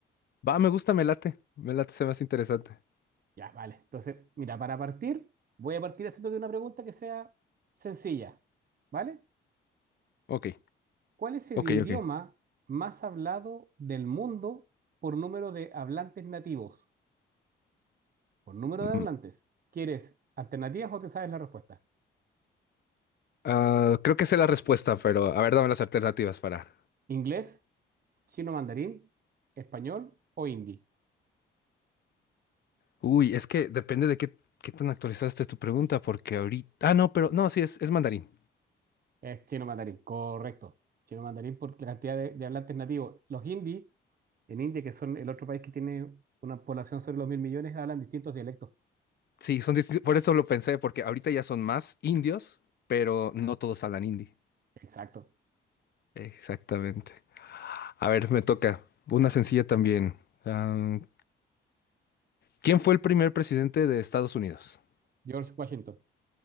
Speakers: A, on the left (about 55°); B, on the right (about 50°).
A: Va, me gusta, me late. Me late, se me hace interesante.
B: Ya, vale. Entonces, mira, para partir, voy a partir haciéndote una pregunta que sea sencilla, ¿vale?
A: Ok,
B: ¿Cuál es el
A: ok,
B: idioma
A: ok.
B: más hablado del mundo por número de hablantes nativos? por número
A: Mm,
B: de hablantes. ¿Quieres alternativas o te sabes la respuesta?
A: ah, creo que sé la respuesta, pero a ver, dame las alternativas para...
B: ¿Inglés, chino mandarín, español o hindi?
A: Uy, es que depende de qué, qué tan actualizada esté tu pregunta, porque ahorita... Ah, no, pero no, sí, es, es mandarín.
B: Es chino mandarín, correcto. Chino mandarín por la cantidad de, de hablantes nativos. Los hindi, en India, que son el otro país que tiene una población sobre los mil millones, hablan distintos dialectos.
A: Sí, son distintos. Por eso lo pensé, porque ahorita ya son más indios, pero no todos hablan hindi.
B: Exacto.
A: Exactamente. A ver, me toca. Una sencilla también. Am, ¿quién fue el primer presidente de Estados Unidos?
B: George Washington.